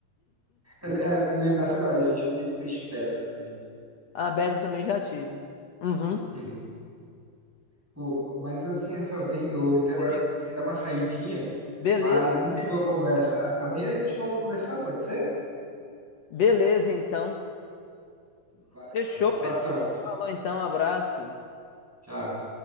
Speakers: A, in the centre; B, on the left.
A: É, é, me lembrasse agora, a gente já teve peixe beta também.
B: A Beta também já tive. Uhum.
A: Hum. Pô, mas assim, Rafael, tem, eu lembrei agora
B: Comigo.
A: que eu vou ter que dar uma saidinha,
B: Beleza,
A: mas muito boa conversa. Amanhã a gente volta a conversar, pode ser?
B: beleza então.
A: Valeu,
B: Fechou,
A: abração.
B: Pedro. Falou então, abraço.
A: Tchau.